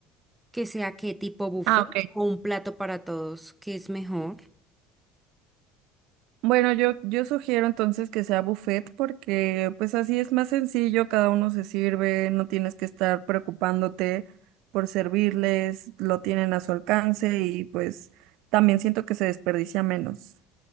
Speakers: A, in the centre; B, on the right.
A: Que sea qué tipo buffet
B: Ah, ok.
A: o un plato para todos, que es mejor.
B: Bueno, yo, yo sugiero entonces que sea buffet porque pues así es más sencillo, cada uno se sirve, no tienes que estar preocupándote por servirles, lo tienen a su alcance y pues también siento que se desperdicia menos.